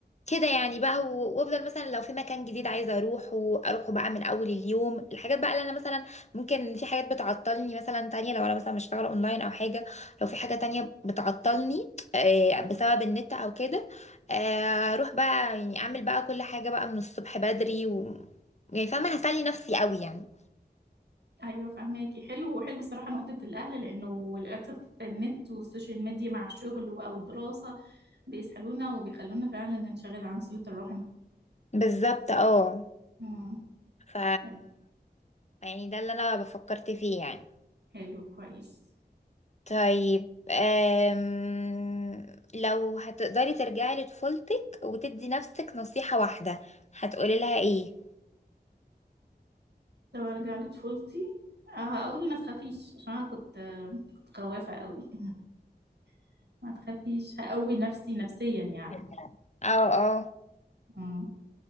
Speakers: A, on the left; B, on the right.
A: كده يعني بقى و- وافضل مثلا لو في مكان جديد عايزه اروحه اروحه بقى من اول اليوم الحاجات بقى اللي انا مثلا ممكن في حاجات بتعطلني مثلا تانية لو انا مثلا بشتغل اونلاين او حاجه لو في حاجه تانية بتعطلني آه، بسبب النت او كده آه، اروح بقى يعني اعمل بقى كل حاجه بقى من الصبح بدري و يعني فاهمه هسلي نفسي قوي يعني
B: ايوه فهماكي حلو وحلو الصراحه نقطه الاهل لانه للاسف النت والسوشيال ميديا مع الشغل و- او الدراسه بيسحلونا وبيخلونا فعلا ننشغل عن صله الرحم
A: بالظبط اه
B: امم
A: ف
B: ايوه
A: يعني ده اللي انا فكرت فيه يعني
B: حلو كويس
A: طيب أم... لو هتقدري ترجعي لطفولتك وتدي نفسك نصيحة واحدة هتقولي لها ايه
B: لو ارجع لطفولتي آه، هقول ما تخافيش عشان انا كنت آه، كنت خوافه قوي <laughs> ما تخافيش هقوي نفسي نفسيا يعني
A: يعني اه اه
B: امم